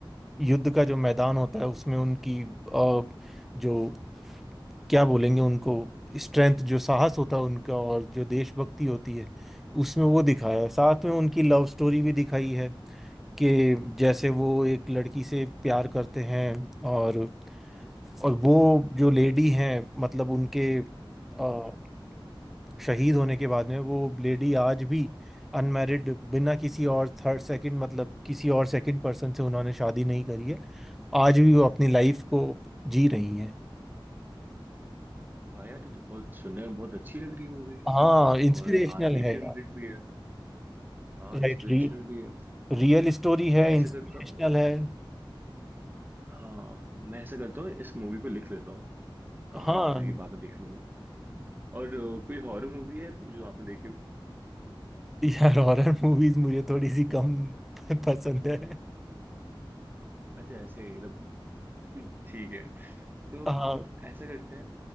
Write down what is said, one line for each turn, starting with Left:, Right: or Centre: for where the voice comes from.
Centre: युद्ध का जो मैदान होता है उसमें उनकी अ, जो क्या बोलेंगे उनको स्ट्रेंथ जो साहस होता है उनका और जो देशभक्ति होती है उसमें वो दिखाया है साथ में उनकी लव स्टोरी भी दिखाई है कि जैसे वो एक लड़की से प्यार करते हैं और और वो जो लेडी हैं मतलब उनके
Right: हम्म
Centre: अ,
Right: हम्म।
Centre: शहीद होने के बाद में वो लेडी आज भी अनमैरिड बिना किसी और थर्ड सेकंड मतलब किसी और सेकंड पर्सन से उन्होंने शादी नहीं करी है आज भी वो अपनी लाइफ को जी रही हैं
Right: वाह यार ये तो बहुत सुनने में बहुत अच्छी लग रही है मूवी
Centre: हाँ इंस्पिरेशनल
Right: और आर्मी
Centre: है
Right: से रिलेटेड
Centre: यार,
Right: भी है हाँ
Centre: राइट
Right: इंस्पिरेशनल
Centre: री,
Right: भी है
Centre: रियल स्टोरी है
Right: ऐसा
Centre: इंस्पिरेशनल
Right: करता हूँ
Centre: है
Right: हाँ मैं ऐसा करता हूँ इस मूवी को लिख लेता हूँ काम
Centre: हाँ
Right: आ जाएगी बाद में देख लूंगा और अ, कोई हॉरर मूवी है जो आपने देखी हो
Centre: यार हॉरर मूवीज मुझे थोड़ी सी कम <laughs> पसंद है
Right: अच्छा ऐसे ही मतलब हम्म, ठीक है तो
Centre: हाँ,
Right: ऐसा करते हैं